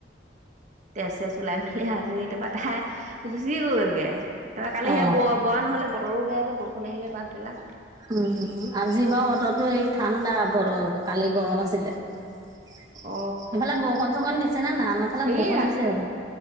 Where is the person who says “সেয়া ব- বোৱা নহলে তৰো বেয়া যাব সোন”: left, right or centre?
Right